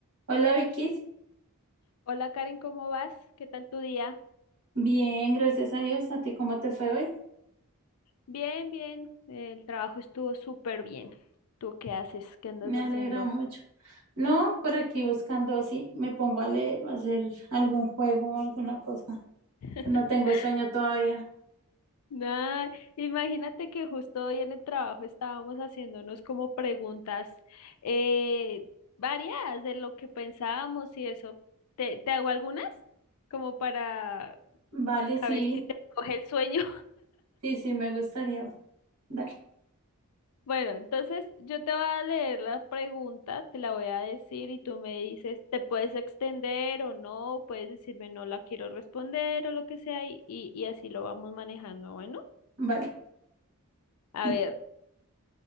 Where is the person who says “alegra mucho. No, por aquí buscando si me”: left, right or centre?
Right